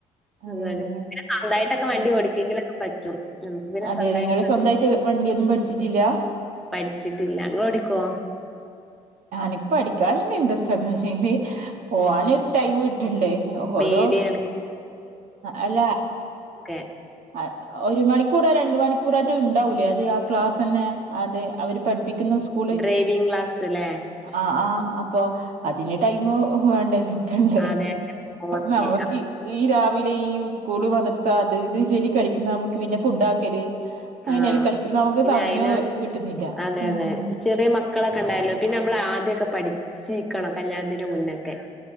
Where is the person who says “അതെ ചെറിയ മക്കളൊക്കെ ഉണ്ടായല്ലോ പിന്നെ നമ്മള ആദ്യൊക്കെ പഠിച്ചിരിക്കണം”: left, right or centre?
Centre